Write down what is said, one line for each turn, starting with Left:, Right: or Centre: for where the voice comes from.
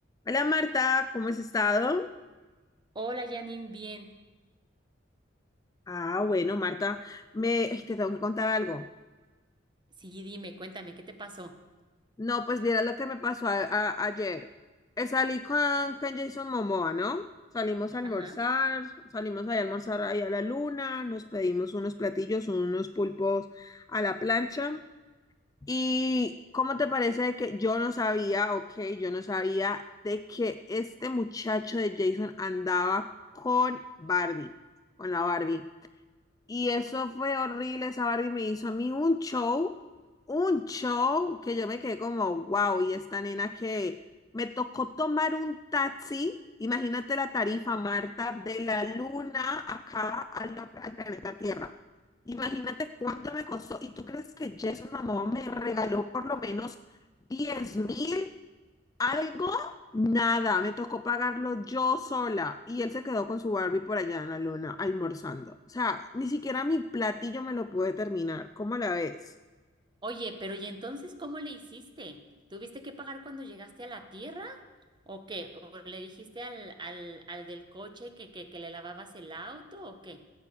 Left: Hola Marta, ¿cómo has estado?
Right: Hola Janine, bien.
Left: Ah, bueno, Marta, me, ay, te tengo que contar algo.
Right: Sí, dime, cuéntame, ¿qué te pasó?
Left: No, pues vieras lo que me pasó a- a- ayer. Eh, salí con, con Jason Momoa, ¿no? Salimos a almorzar,
Right: Ajá.
Left: salimos ahí a almorzar ahí a la luna, nos pedimos unos platillos, unos pulpos a la plancha. ¿Y cómo te parece que yo no sabía, ok, yo no sabía de que este muchacho de Jason andaba con Barbie, con la Barbie? Y eso fue horrible, esa Barbie me hizo a mí un show, un show que yo me quedé como, wow, y esta nena que me tocó tomar un taxi, imagínate la tarifa, Marta, de la luna acá a la- al planeta Tierra. Imagínate cuánto me costó. ¿Y tú crees que Jason Momoa me regaló por lo menos diez mil? Algo, nada, me tocó pagarlo yo sola y él se quedó con su Barbie por allá en la luna almorzando. O sea, ni siquiera mi platillo me lo pude terminar. ¿Cómo la ves?
Right: Oye, pero ¿y entonces cómo le hiciste? ¿Tuviste que pagar cuando llegaste a la tierra? ¿O qué? ¿O le dijiste al, al, al del coche que, que, que le lavabas el auto o qué?